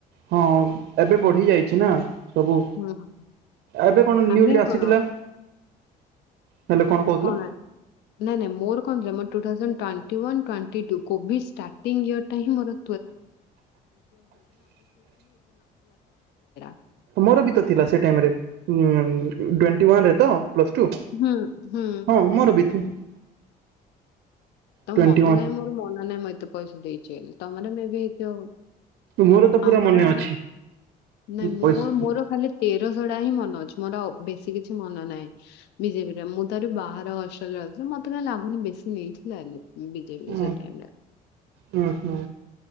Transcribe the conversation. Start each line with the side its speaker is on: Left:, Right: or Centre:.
Right: ହଁ ଏବେ ବଢ଼ିଯାଇଛି ନା। ସବୁ
Left: ହୁଁ
Right: ଏବେ କଣ ନ୍ୟୁଜରେ
Left: ଆମେ
Right: ଆସିଥିଲା?
Left: କଣ
Right: ହେଲେ କହୁଥିଲ?
Left: କଣ? ନାଇଁ ନାଇଁ ମୋର କଣ ଥିଲା ମୋ two thousand twenty one twenty two Covid starting year ଟା ହଁ ମୋର <unintelligible>
Right: ମୋର ବି ତ ଥିଲା ସେ ଟାଇମରେ ଉଁ ଟ୍ୱଣ୍ଟି ୱାନରେ ତ ପ୍ଲସ ଟୁ।
Left: ହୁଁ ହୁଁ।
Right: ହଁ ମୋର ବି ତୁ
Left: ତ
Right: ଟ୍ୱେଣ୍ଟି
Left: ମତେ
Right: ୱାନ୍
Left: କାଇଁ ମୋର ମନ ନାହିଁ ମୁଁ ଏତେ ପଇସା ଦେଇଛି ତାମାନେ ମେ ବିତୁ
Right: ମୋର ତ ପୁରା
Left: ଆମର
Right: ମନେ ଅଛି।
Left: ନାଇଁ ମୁଁ
Right: ପଇସା
Left: ମୋର ଖାଲି ତେରଶ ଟା ହିଁ ମନେ ଅଛି ମୋର ଆ ବେଶୀ କିଛି ମନ ନାହିଁ। ବିଜେପିରେ ମୁଁ ତ ହେଟି ବାହାର ହଷ୍ଟେଲରେ ଯାଉଥିଲି ମତେ କାଁ ଲାଗୁନି ବେଶୀ ନେଇଥି ଜାନନୀ ବିଜେପିରେ
Right: ହୁଁ
Left: ସେ ଟାଇମ ରେ
Right: ହୁଁ ହୁଁ